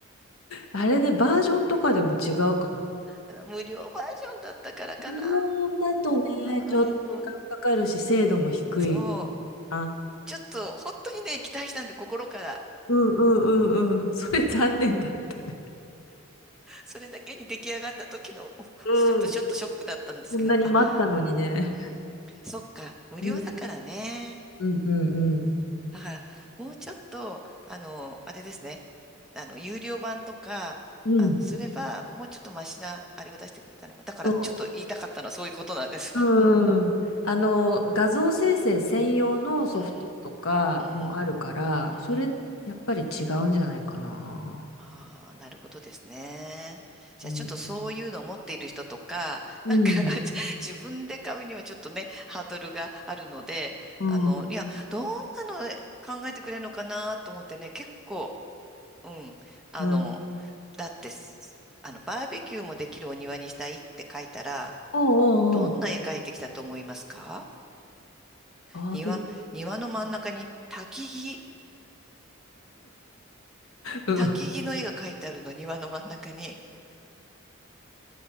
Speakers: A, on the left (about 80°); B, in the centre.
A: あれね、バージョンとかでも違うかも。
B: あの無料バージョンだったからかな。
A: 無料だとね、ちょっと時間かかるし、
B: うん。
A: 精度も低い
B: そう。
A: な。
B: ちょっと、本当にね、期待したんで、心から。
A: うんうんうんうん。それ残念だったね。
B: それだけに出来上がった時の、<laughs>
A: うん。
B: ちょっと、ちょっとショックだったんですけど、
A: こんなに待ったのにね。
B: あ、うん。そっか、無料だからね。
A: うんうんうんうん。
B: だから、もうちょっと、あの、あれですね。あの、有料版とか、
A: うん。
B: あの、すれば、もうちょっとマシな、あれを出してくれたのか。だから、
A: そ
B: ちょっと言いたかったのはそういうことなんです。<laughs>
A: う、うん。あの、画像生成専用のソフトとかもあるから、
B: うん、うん、うん。
A: それ、やっぱり違うんじゃないかな。
B: ああ、なるほどですね。じゃあ、
A: うん。
B: ちょっとそういうのを持っている人とか、
A: うん。
B: なんか <laughs> 自分で買うにはちょっとね、ハードルがあるので、
A: うん。
B: あの、いや、どんなの考えてくれるのかなと思ってね、結構、うん。あの、
A: うん。
B: だってす、あの、バーベキューもできるお庭にしたいって書いたら、
A: おうんうんうん。
B: どんな絵描いてきたと思いますか
A: バーベキ
B: 庭、庭の真ん中に焚き木、
A: ュー。
B: 焚き木の絵が描いてあるの、
A: うん。
B: 庭の真ん中に。